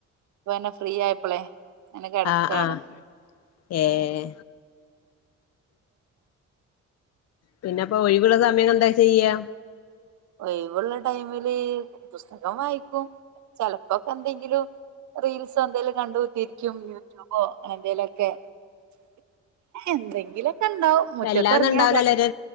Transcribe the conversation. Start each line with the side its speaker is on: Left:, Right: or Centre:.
Right: ഇപ്പന്നെ ഫ്രീ ആയപ്പോളെ അനെ കിടക്കയാണ്
Left: ആഹ് ആഹ് ഏഹ് പിന്നെപ്പൊ ഒഴിവുള്ള സമയം ഇങ്ങളെന്താ ചെയ്യാ
Right: ഒഴിവുള്ള ടൈമില് പുസ്തകം വായിക്കും ചെലപ്പോക്കെ എന്തെങ്കിലും റീൽസോ എന്തേലും കണ്ട് കുത്തിരിക്കും യൂട്യൂബോ അങ്ങനെ എന്തേലൊക്കെ എന്തെങ്കിലൊക്കെ ഉണ്ടാവും മുറ്റത്തിറങ്ങിയാ
Left: വല്ലാന്നും ഉണ്ടാവിലല്ലോ
Right: പണി